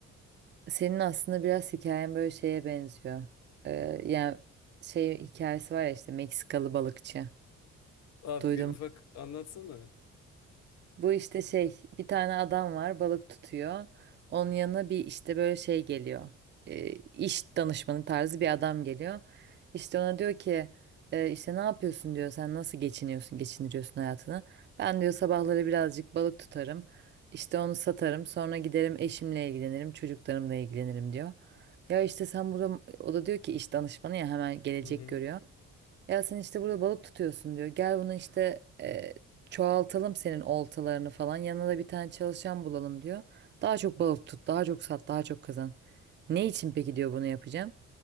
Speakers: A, on the right; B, on the left.
A: Senin aslında biraz hikayen böyle şeye benziyor. Ee, yani şey hikayesi var ya işte Meksikalı balıkçı.
B: Abi
A: Duydum.
B: bir ufak anlatsana.
A: Bu işte şey bir tane adam var balık tutuyor. Onun yanına bir işte böyle şey geliyor. E, iş danışmanı tarzı bir adam geliyor. İşte ona diyor ki e, işte ne yapıyorsun diyor sen nasıl geçiniyorsun geçindiriyorsun hayatını. Ben diyor sabahları birazcık balık tutarım. İşte onu satarım sonra giderim eşimle ilgilenirim çocuklarımla ilgilenirim diyor. Ya işte sen burada o da diyor ki iş danışmanı ya hemen gelecek
B: Hı hı.
A: görüyor. Ya sen işte burada balık tutuyorsun diyor. Gel bunu işte e, çoğaltalım senin oltalarını falan. Yanına da bir tane çalışan bulalım diyor. Daha çok balık tut, daha çok sat, daha çok kazan. Ne için peki diyor bunu yapacağım.